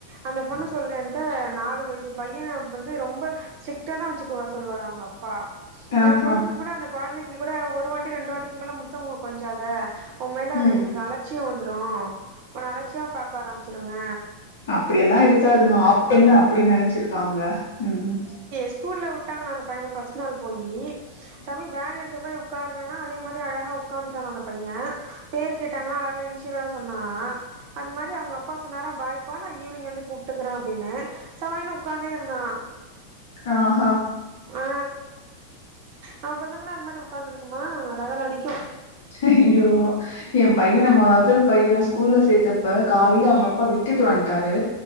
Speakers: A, on the right (about 45°); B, on the left (about 60°).
A: அந்த பொண்ணு சொல்து என்ட்ட நாலு வயசு பையன வந்து ரொம்ப சிக்டாதா வச்சுக்குவார் சொல்லுவாரா அவுங்க அப்பா
B: ஆ
A: அந்த பொண்ணுக்கு
B: ஹா
A: கூட அந்த கொழந்தைக்கு கூட ஒரு வாட்டி ரெண்டு வாட்டிக்கு மேல முத்துங் கொஞ்சாத உன் மேல அதுங்களுக்கு
B: ம்
A: அலட்சிய வந்துடு உன்ன அலட்சிய பார்கக்க ஆரம்பிச்சிருங்க
B: அப்டியெல்லா இருக்காதுமா அவுங்க என்ன அப்டி நெனச்சிருக்காங்க ம்
A: ஸ்கூல்ல உட்டாங்ளா அந்த பையன ஃபஸ்ட் நாள் போயி தம்பி பேக் எடுத்து போய் உட்கார்றான்னா அதே மாரி அழகா உட்காந்துடனா அந்த பைய பேர் கேட்டங்ளா அழக எஞ் <unintelligible> சொன்னானா அது மாரி அவுங்க அப்பா சொன்னாரா பாய்ப்பா நா ஈவினிங் வந்து கூப்ட்டுக்குற அப்டின்னு செவனேன் உக்காந்தே இருந்தானா
B: ஆஹ
A: ஆ நம் பசங்கன்னா அந்த மாரி உட்காந்துருக்குமா ரகளடிக்கு
B: ஐயோ என் பையன மொதல் பையன ஸ் கூல்ல சேர்த்தப்ப காலையில அவுங்க அப்பா விட்டுட்டு வந்ட்டாரு